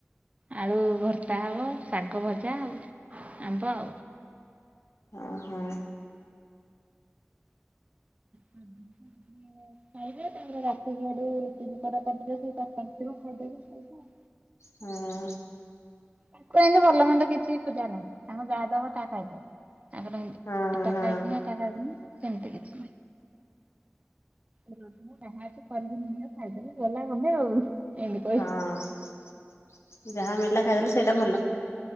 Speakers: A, on the right (about 30°); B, on the left (about 80°).
A: ଆଳୁ ଭର୍ତା ହବ ଶାଗ ଭଜା ଆଉ ଆମ୍ବ ଆଉ।
B: ଓ ହୋ।
A: ଖାଇବେ ତାପରେ ରାତିି ଆଡେ ରୁଟି ଦି ପଟ କରିଦେବେ ସେଇ ତରକାରୀ ଥିବ ଖାଇଦେବେ ସଇଲା।
B: ହଁ।
A: <unintelligible> ଭଲମନ୍ଦ କିଛି ଖୁଜା ନାହିଁ ତାଙ୍କୁ ଯାହାଦବ ତା ଖାଇଦେବେ। ତାଙ୍କର
B: ହଁ
A: ଏଟା
B: ହଁ
A: ଖାଇବିନି ଏଟା ଖାଇବିନି ସେମିତି କିଛି। ରଜରେ ଯାହା ଅଛି କରିବି <unintelligible> ଖାଇଦେଲେ ଗଲା ଗଲେ ଆଉ।
B: ହଁ।
A: ଏମିତି କହିବି।
B: ଯାହା ମିଳିଲା ଖାଇଦେଲେ
A: ହଁ
B: ସେଇଟା
A: ହୁଁ।
B: ଭଲ।